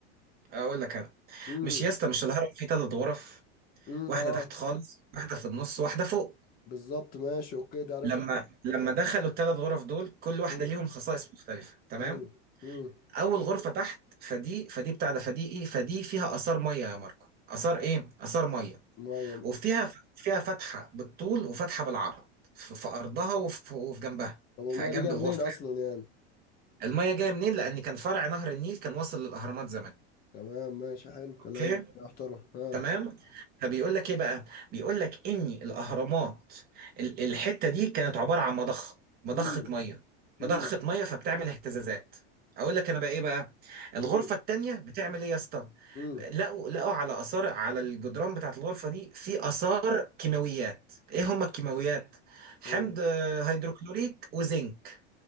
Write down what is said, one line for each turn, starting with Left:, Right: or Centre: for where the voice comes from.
Right: اقول لك انا
Left: امم
Right: مش يا اسطى مش الهرم فيه ثلاث غرف
Left: امم
Right: واحدة
Left: اه
Right: تحت خالص واحدة في النص واحدة فوق
Left: بالظبط ماشي اوكي ده عارف
Right: لما لما دخلوا الثلاث غرف دول كل واحدة
Left: امم
Right: ليهم خصائص مختلفة تمام
Left: حلو امم
Right: اول غرفة تحت فدي فدي بتاع ده فدي ايه فدي فيها آثار مية يا ماركو آثار ايه آثار مية
Left: ميه
Right: وفيها فيها فتحة بالطول وفتحة بالعرض في في أرضها وفي, وفي جنبها
Left: طب والميه
Right: في جنب
Left: دي جايه
Right: الغرفة
Left: منين اصلا يعني
Right: المية جاية منين لأن كان فرع نهر النيل كان واصل للأهرامات زمان
Left: تمام ماشي حلو
Right: أوكي
Left: كلام يا محترم ها
Right: تمام فبيقول لك إيه بقى بيقول لك إن الأهرامات ال- الحتة دي كانت عبارة عن مضخة مضخة
Left: امم
Right: مية مضخة
Left: امم
Right: مية فبتعمل اهتزازات اقول لك انا بقى ايه بقى الغرفه
Left: امم
Right: التانية بتعمل ايه يا اسطى
Left: امم
Right: لقوا لقوا على اثار على الجدران بتاعت الغرفه دي في اثار كيماويات ايه هما الكيماويات حمض
Left: ايه
Right: آه، هيدروكلوريك وزنك